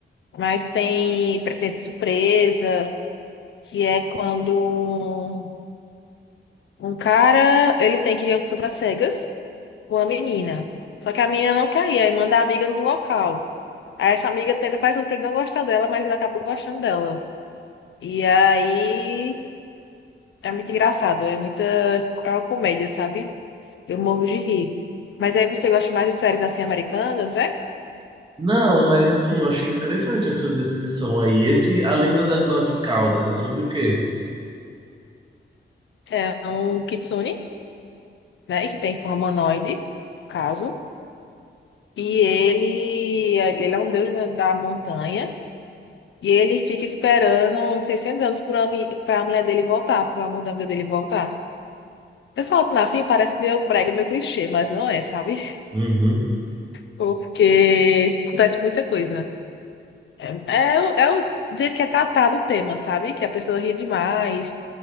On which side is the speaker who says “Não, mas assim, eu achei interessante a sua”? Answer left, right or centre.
Right